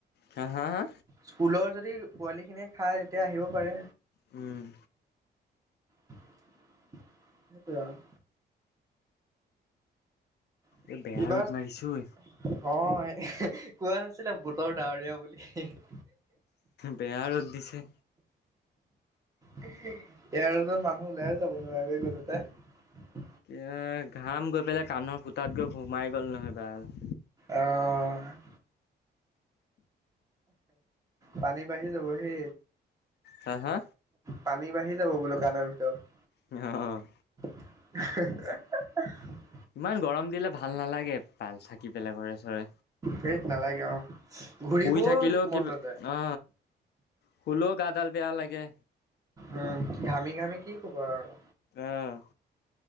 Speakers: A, on the left; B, on the right.
A: হা হা হা
B: স্কুলৰ যদি পোৱালি খিনিয়ে খায় তেতিয়া আহিব পাৰে।
A: উম,
B: সেইটোৱে আৰু। কিবা
A: এই বেয়া ৰ'দ
B: অ',
A: মাৰিছে ঐ।
B: কোৱা নাছিলে বুটৰ ডাৱৰীয়া বুলি।
A: বেয়া ৰ'দ দিছে।
B: <unintelligible> মানুহ ওলাইও যাব নোৱাৰি <unintelligible>
A: এ, ঘাম গৈ পেলাই কাণৰ ফুতাত গৈ সোমাই গ'ল নহয়। <unintelligible>
B: অ', পানী বাঢ়ি যাব হে।
A: হা হা।
B: পানী বাঢ়ি যাব বোলো কাণৰ ভিতৰত।
A: অ',
B: <inaudible>
A: ইমান গৰম দিলে ভাল নালাগে <unintelligible> থাকি পেলাই ঘৰে চৰে।
B: হেত নালাগে আও ঘূৰিবও
A: শুই থাকিলেও
B: মন
A: কিবা
B: নাযায়।
A: অ, শুলেও গাডাল বেয়া লাগে।
B: উম, ঘামি ঘামি কি শুবা আৰু।
A: অ',